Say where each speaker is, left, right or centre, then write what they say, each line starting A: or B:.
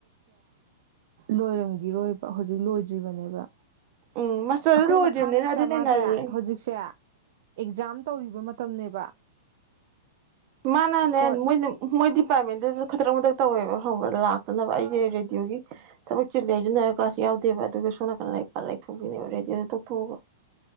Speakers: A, on the right; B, on the right.
A: ꯂꯣꯏꯔꯝꯈꯤꯔꯣꯏꯕ ꯍꯧꯖꯤꯛ ꯂꯣꯏꯗ꯭ꯔꯤꯕꯅꯦꯕ
B: ꯎꯝ ꯃꯥꯁꯇꯔꯗꯨ
A: ꯑꯩꯈꯣꯏ
B: ꯂꯣꯏꯗ꯭ꯔꯤꯕꯅꯤꯅ
A: ꯃꯈꯥ ꯅꯠꯇ꯭ꯔ
B: ꯑꯗꯨꯅ
A: ꯃꯥꯁꯦ
B: ꯅꯩꯔꯦ
A: ꯍꯧꯖꯤꯛꯁꯦ ꯑꯦꯛꯖꯥꯝ ꯇꯧꯔꯤꯕ ꯃꯇꯝꯅꯦꯕ
B: ꯃꯥꯅꯅꯦ
A: ꯐꯣꯔꯠ
B: ꯃꯣꯏ ꯃꯣꯏ ꯗꯤꯄꯥꯔꯠꯃꯦꯟꯗꯨꯁꯨ ꯈꯇꯔꯪ ꯑꯃꯛꯇꯛ ꯇꯧꯋꯦꯕ ꯂꯥꯛꯇꯅꯕ ꯑꯩꯁꯦ ꯔꯦꯗꯤꯑꯣꯒꯤ ꯊꯕꯛ ꯆꯤꯂꯦ ꯍꯥꯏꯁꯤꯅ ꯀ꯭ꯂꯥꯁ ꯌꯥꯎꯗꯦꯕ ꯑꯗꯨꯒ ꯁꯣ ꯅꯥꯀꯟ ꯂꯩꯊꯣꯛꯄꯤꯅꯦꯕ ꯔꯦꯗꯤꯑꯣꯗ ꯇꯧꯊꯣꯛꯑꯒ